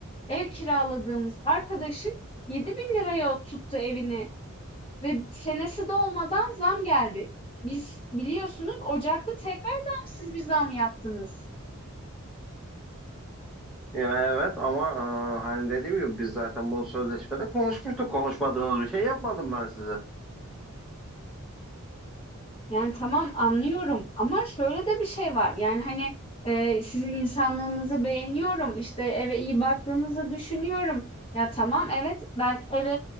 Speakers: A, on the left; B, in the centre.
A: ev kiraladığımız arkadaşın yedi bin liraya tuttu evini ve senesi dolmadan zam geldi. Biz biliyorsunuz Ocak'ta tekrardan siz bir zam yaptınız.
B: Ya evet ama e, hani dediğim gibi biz zaten bunu sözleşmede konuşmuştuk. Konuşmadığımız bir şey yapmadım ben size.
A: Yani, tamam anlıyorum ama şöyle de bir şey var. Yani, hani, eee, sizin insanlığınızı beğeniyorum, işte, eve iyi baktığınızı düşünüyorum. Ya, tamam, evet, ben eve